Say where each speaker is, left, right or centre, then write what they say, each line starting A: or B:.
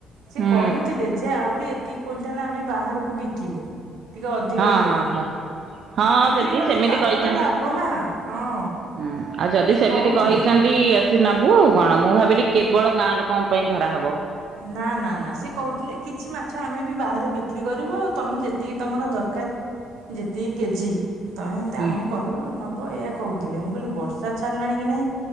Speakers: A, on the right; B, on the right.
A: ସେ
B: ହୁଁ
A: କହୁଥିଲେ ଯେ ଆହୁରି ଏତିକି କୁଣ୍ଟାଲ ଆମେ ବାହାରକୁ ବିକିବୁ ଟିକେ ଅଧିକ
B: ହଁ
A: ରେଟ
B: ହଁ
A: ରେ
B: ହଁ। ହଁ
A: ବିକ୍ରି
B: ଯଦି
A: ଗଲେ
B: ସେମିତି
A: ତାଙ୍କର
B: କହିଛନ୍ତି
A: ଲାଭ ନା ହଁ।
B: ହୁଁ ଆଉ ଯଦି
A: ସେ
B: ସେମିତି
A: କହୁଥିଲେ।
B: କହିଛନ୍ତି ଆସି ନେବୁ ଆଉ କଣ ମୁଁ ଭାବିଲି କେବଳ ଗାଁ ଲୋକଙ୍କ ପାଇଁ ଧରାହବ।
A: ନା ନା ନା ସେ କହୁଥିଲେ କିଛି ମାଛ ଆମେ ବି ବାହାରେ ବିକ୍ରି କରିବୁ ଆଉ ତମେ ଯେତିକି ତମର ଦରକାର ଦର ଯେତିକି କେଜି ତମେ ତ
B: ହୁଁ
A: ଆମକୁ କହିବ ନ ହଁ ଏୟ କହୁଥିଲେ ମୁଁ କହିଲି ବର୍ଷା ଛାଡ଼ିଲାନି କି ନାଇଁ?